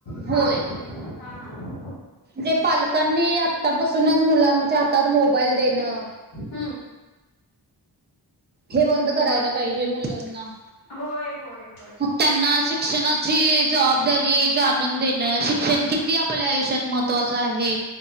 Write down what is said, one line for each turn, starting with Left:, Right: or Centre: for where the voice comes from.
Left: हा
Right: होय
Left: हा हा
Right: जे पाल लकांनी आत्ता पासूनच मुलांच्या हातात मोबाईल देणं
Left: हम
Right: हे बंद
Left: बर
Right: करायला पाहिजे मुलांना.
Left: होय, होय. होय
Right: मग त्यांना शिक्षणाची जबाबदारी
Left: हा
Right: जाणून देणं, शिक्षण किती आपल्या आयुष्यात महत्वाचं आहे.